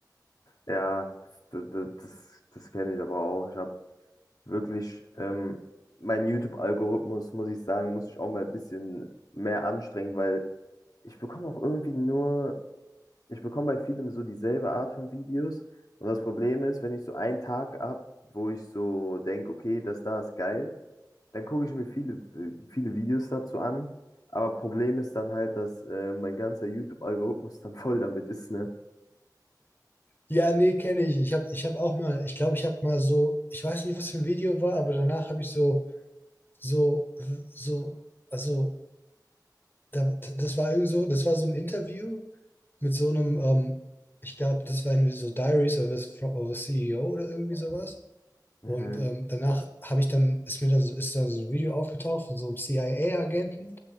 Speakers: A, on the left; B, on the left.
A: Ja, das, das, das, das kenne ich aber auch. Ich habe wirklich ähm, mein YouTube-Algorithmus, muss ich sagen, muss ich auch mal ein bisschen mehr anstrengen, weil ich bekomme auch irgendwie nur, ich bekomme bei vielem so dieselbe Art von Videos. Und das Problem ist, wenn ich so einen Tag habe, wo ich so denke, okay, das da ist geil, dann gucke ich mir viele, äh, viele Videos dazu an. Aber Problem ist dann halt, dass äh, mein ganzer YouTube-Algorithmus dann voll damit ist, ne?
B: Ja, nee, kenne ich. Ich habe ich hab auch mal, ich glaube, ich habe mal so, ich weiß nicht, was für ein Video war, aber danach habe ich so, so, so, also, da, das war irgend so, das war so ein Interview mit so einem, ähm, ich glaube, das war irgendwie so Diaries of a, of a CEO oder irgendwie sowas. Und
A: Mhm.
B: ähm, danach habe ich dann, ist mir dann so, ist da so ein Video aufgetaucht von so einem CIA-Agenten